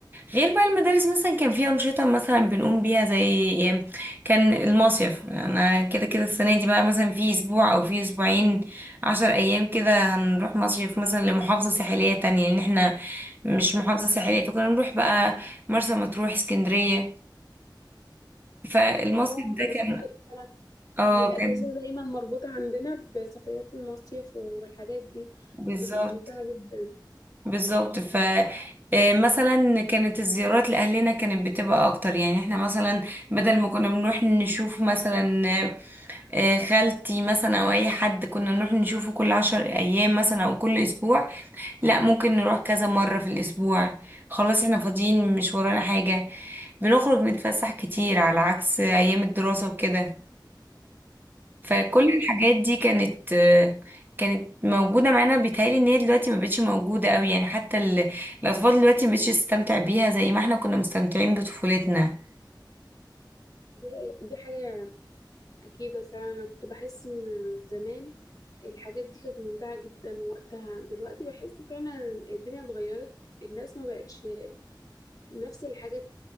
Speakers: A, on the right; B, on the left.
A: غير بقى المدارس مثلا كان فيها أنشطة مثلا بنقوم بيها زي آه، كان المصيف أنا كده كده السنة دي بقى مثلا في أسبوع أو في أسبوعين عشر أيام كده هنروح مصيف مثلا لمحافظة ساحلية تانية لأن احنا مش محافظة ساحلية فكنا نروح بقى مرسى مطروح اسكندرية فالمصيف
B: اه
A: ده
B: انا افتكر
A: كان
B: فعلا
A: اه
B: ان الاجازه
A: كان
B: دايما مربوطه عندنا بسفريات المصيف والحاجات دي
A: بالظبط
B: كانت بتبقى ممتعه جدا
A: بالظبط ف آه، مثلا كانت الزيارات لأهلنا كانت بتبقى أكتر يعني احنا مثلا بدل ما كنا بنروح نشوف مثلا آه، آه، خالتي مثلا أو أي حد كنا نروح نشوفه كل عشر أيام مثلا أو كل أسبوع لا ممكن نروح كذا مرة في الأسبوع خلاص احنا فاضيين مش ورانا حاجة بنخرج نتفسح كتير على عكس أيام الدراسة وكده فكل
B: اه
A: الحاجات دي كانت كانت موجودة معانا بيتهيألي ان هي دلوقتي ما بقتش موجودة قوي يعني حتى ال- الأطفال دلوقتي ما بقتش تستمتع بيها زي ما احنا كنا مستمتعين بطفولتنا
B: دي, دي حاجه اكيده فعلا انا كنت بحس ان زمان الحاجات دي كانت ممتعه جدا وقتها دلوقتي بحس فعلا الدنيا اتغيرت الناس ما بقتش نفس الحاجات